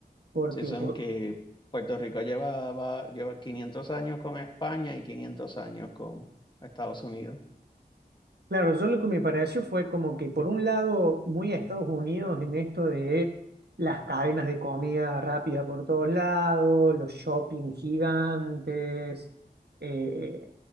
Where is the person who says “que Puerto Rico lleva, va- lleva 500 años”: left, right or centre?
Left